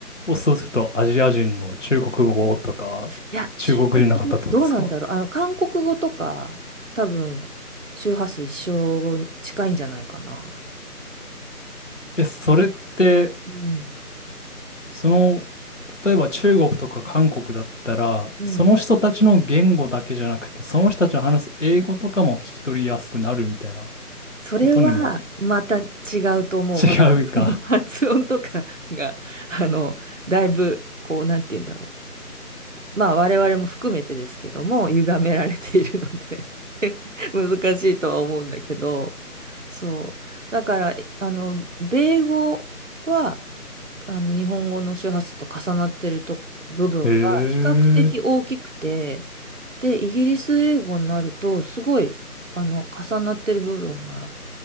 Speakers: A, on the left; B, on the right.
A: そうするとアジア人の中国語とか、
B: いや、
A: 中国人の方ってことですか
B: 中国語どうなんだろう。あの、韓国語とか、多分、周波数一緒近いんじゃないかな。
A: え、それって、
B: うん。
A: その、例えば中国とか韓国だったら、
B: うん。
A: その人たちの言語だけじゃなくて、その人たちの話す英語とかも聞き取りやすくなるみたいな
B: それは、
A: ことにも
B: また違うと思う。
A: 違うか。
B: また、<laughs> 発音とかが、あの、だいぶ、こう、なんて言うんだろう。まあ、我々も含めてですけども、歪められているので <laughs> 難しいとは思うんだけど、そう。だから、えあの、米語は、あの日本語の周波数と重なってると部分が比較的大きくて、
A: <laughs> へえ。
B: で、イギリス英語になるとすごいあの重なってる部分が